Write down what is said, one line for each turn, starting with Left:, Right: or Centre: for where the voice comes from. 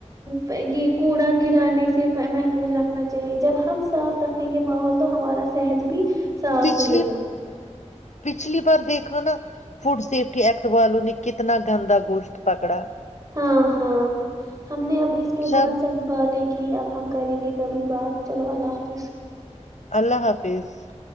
Right: چاہیے یہ کوڑا گرانے سے محفوظ رکھنا چاہیے جب ہم صاف رکھیں گے ماحول کو تو ہمارا صحت بھی صاف
Left: پچھلی
Right: رہے گا
Left: پچھلی بار دیکھو نا فوڈ سیفٹی ایکٹ والوں نے کتنا گندا گوشت پکڑا
Right: ہاں ہاں ہم نے اب اس پہ
Left: چل
Right: بہت ساری باتیں ج اب ہم کریں گے کبھی بات چلو اللہ حافظ
Left: اللہ حافظ <unintelligible>